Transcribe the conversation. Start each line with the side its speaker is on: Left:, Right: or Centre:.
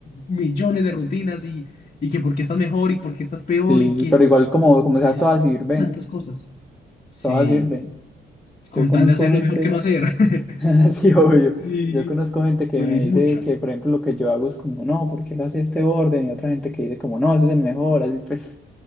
Left: millones de rutinas y, y que por qué estás mejor y por qué estás peor
Centre: Sí,
Left: y que
Centre: pero igual como, como sea,
Left: y eso,
Centre: todas
Left: y
Centre: sirven.
Left: tantas cosas. Sí,
Centre: Todas sirven.
Left: con
Centre: Yo conozco
Left: tal de hacer
Centre: gente,
Left: lo mejor que no hacer. <laughs>
Centre: <laughs> sí, obvio,
Left: Sí,
Centre: yo conozco gente que
Left: pero
Centre: me
Left: hay muchas.
Centre: dice que, por ejemplo, lo que yo hago es como, no, ¿por qué lo hace este orden? Y otra gente que dice como, no, eso es el mejor, así pues,